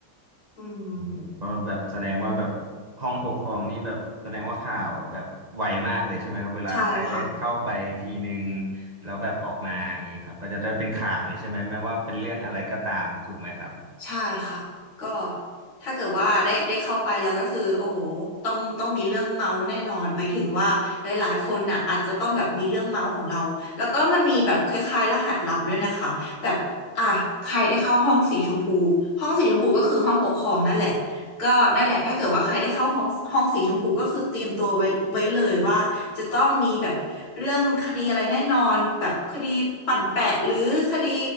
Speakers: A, on the left (about 65°); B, on the right (about 20°).
A: อืม
B: โอ้โหก็แบบแสดงว่าแบบห้องปกครองนี่แบบแสดงว่าข่าวแบบไวมากเลยใช่ไหมครับเวลาใครได้เข้าไปทีหนึ่ง
A: ใช่ค่ะ
B: แล้วแบบออกมาอย่างนี้ครับก็จะได้เป็นข่าวเลยใช่ไหมแม้ว่าเป็นเรื่องอะไรก็ตามถูกไหมครับ
A: ใช่ค่ะก็ถ้าเกิดว่าได้ได้เข้าไปแล้วก็คือโอ้โหต้องต้องมีเรื่องเมาส์แน่นอนหมายถึงว่าหลายๆคนน่ะอาจจะต้องแบบมีเรื่องเมาส์ของเราแล้วก็มันมีแบบคล้ายๆรหัสลับด้วยนะคะแบบอ่ะใครได้เข้าห้องสีชมพูห้องสีชมพูก็คือห้องปกครองนั่นแหละก็นั่นแหละถ้าเกิดว่าใครได้เข้าห้องห้องสีชมพูก็คือเตรียมตัวไว้ไว้เลยว่าจะต้องมีแบบเรื่องคดีอะไรแน่นอนแบบคดีปั่นแปะหรือคดี